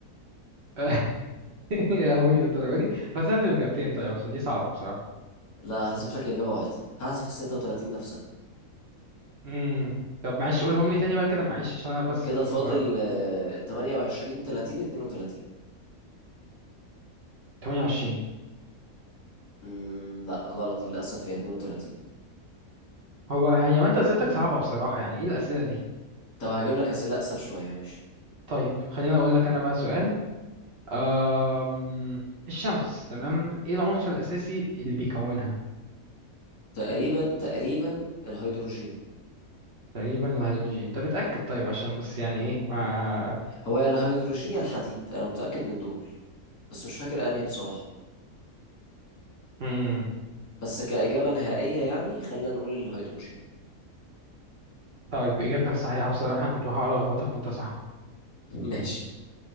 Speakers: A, on the right; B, on the left.
A: <laughs> يا لهوي للدرجه دي بس هات اجابتين طيب عشان دي صعبه بصراحه
B: لا احذف لك اجابة واحدة هحذف ال 36 نفسها
A: امم طب معلش قولهم لي تاني بقى كده معلش عشان انا بس
B: كده
A: بنسى
B: فاضل
A: بسرعه
B: آه، 28 30 32
A: 28
B: مم، لا غلط للأسف هي 32
A: هو يعني ما انت اسئلتك صعبه بصراحه يعني ايه الاسئله دي
B: طب هجيب لك أسئلة أسهل شوية ماشي
A: طيب خليني اقول لك انا بقى سؤال أم... الشمس تمام ايه العنصر الأساسي اللي بيكونها
B: تقريبا تقريبا الهيدروجين
A: تقريبا الهيدروجين طب اتأكد طيب عشان بس يعني ايه ما
B: هو يا الهيدروجين يا الحديد أنا متأكد من دول بس مش فاكر أنهي بصراحة
A: مم.
B: بس كإجابة نهائية يعني خلينا نقول الهيدروجين
A: طيب إجابتك صحيحة بصراحة أنا كنت بحاول ألخبطك وأنت صح
B: <laughs> ماشي